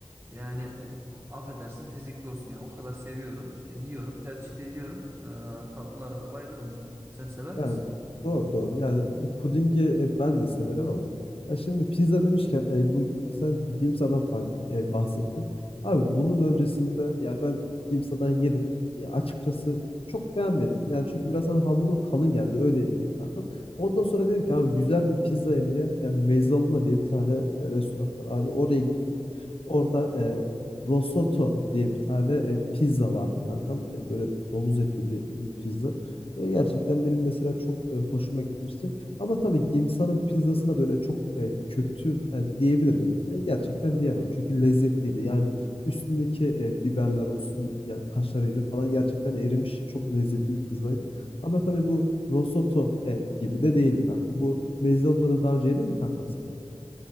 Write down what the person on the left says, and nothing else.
Yani
doğru doğru. Yani pudingi e, ben de severim ama ya şimdi pizza demişken e, bu sen Gimsa'dan faz- e, bahsettin. Abi bunun öncesinde ya ben Gimsa'dan yedim. Ya açıkçası çok beğenmedim. Yani çünkü biraz hani hamuru kalın geldi öyle diyeyim kankam. Ondan sonra dedim ki abi güzel bir pizza yemeye yani Mezzaluna diye bir tane e, restoran var abi oraya gittim. Orada e, Rosoto diye bir tane e, pizza vardı kankam. E, Böyle domuz etli bir e, pizza. E, gerçekten benim mesela çok e, hoşuma gitmişti. Ama tabii Gimsa'nın pizzasına da öyle çok e, kötü e, diyebilir miyim? E, gerçekten diyemem. Çünkü lezzetliydi. Yani üstündeki e, biberler olsun yani kaşarıydı falan gerçekten erimiş çok lezzetli bir pizzaydı. Ama tabii bu Rosoto e, gibi de değildi kanka. Bu mezze onları daha önce yedin mi kankam sen?